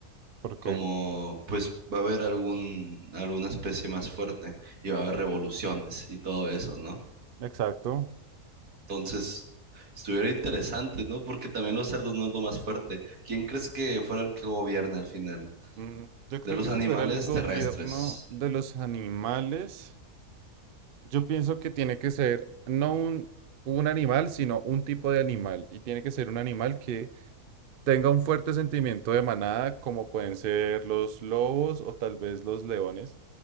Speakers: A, on the right; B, on the right.
A: ¿por
B: Como
A: qué?
B: pues va a haber algún, alguna especie más fuerte y va a haber revoluciones y todo eso, ¿no?
A: Exacto.
B: Entonces, estuviera interesante, ¿no? Porque también los cerdos no es lo más fuerte. ¿Quién crees que fuera el que gobierne al final?
A: Mm, Yo creo
B: De los
A: que
B: animales
A: si fuera el gobierno
B: terrestres.
A: de los animales, yo pienso que tiene que ser no un, un animal, sino un tipo de animal. Y tiene que ser un animal que tenga un fuerte sentimiento de manada, como pueden ser los lobos o tal vez los leones,